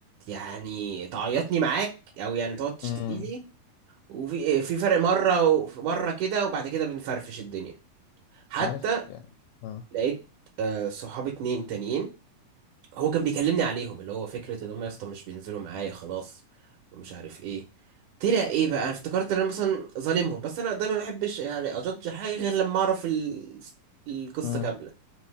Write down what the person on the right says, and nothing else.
يعني تعيطني معاك او يعني تقعد تشتكي
لي وفي في فرق مره ومره كده وبعد كده بنفرفش الدنيا حتى
لقيت آه، صحابي اتنين تانيين هو كان بيكلمني عليهم اللي هو فكرة ان هم يا اسطى مش بينزلوا معايا خلاص ومش عارف ايه طلع ايه بقى انا افتكرت ان انا مثلا ظالمهم بس انا دايما ما بحبش يعني اجدج حاجة غير لما اعرف ال... القصة
كاملة